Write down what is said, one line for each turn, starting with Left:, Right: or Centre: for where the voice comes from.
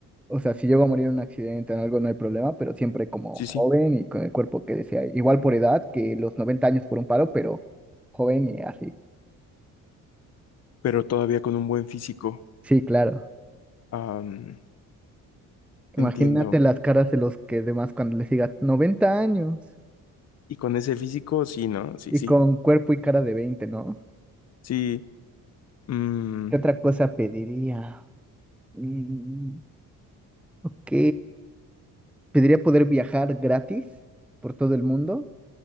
Centre: O sea, si llego a morir en un accidente o en algo, no hay problema, pero siempre como
Left: sí,
Centre: joven
Left: sí,
Centre: y con el cuerpo que desea. Igual por edad, que los 90 años por un paro, pero joven y así.
Left: pero todavía con un buen físico.
Centre: Sí, claro.
Left: Am,
Centre: Imagínate
Left: entiendo.
Centre: las caras de los que demás cuando les diga 90 años
Left: Y con ese físico, sí, no, sí,
Centre: y
Left: sí,
Centre: con cuerpo y cara de veinte ¿no?
Left: sí, mm,
Centre: ¿Qué otra cosa pediría? Mm, ok. Pediría poder viajar gratis por todo el mundo